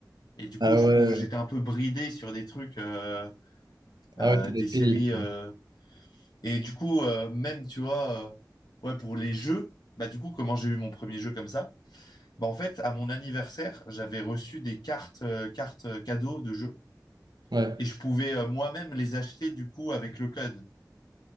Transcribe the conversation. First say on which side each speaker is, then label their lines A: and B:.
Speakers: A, on the left; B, on the right.
A: Et du coup,
B: Ah
A: je
B: ouais.
A: pou- j'étais un peu bridé sur des trucs, euh,
B: Ah
A: euh,
B: ouais, ça doit
A: des
B: être
A: séries.
B: pénible, ça.
A: euh. Et du coup, euh, même, tu vois, euh, ouais, pour les jeux, bah du coup, comment j'ai eu mon premier jeu comme ça? Bah en fait, à mon anniversaire, j'avais reçu des cartes, euh, cartes euh, cadeaux de jeux.
B: Ouais,
A: Et je pouvais euh, moi-même les acheter du coup avec le code.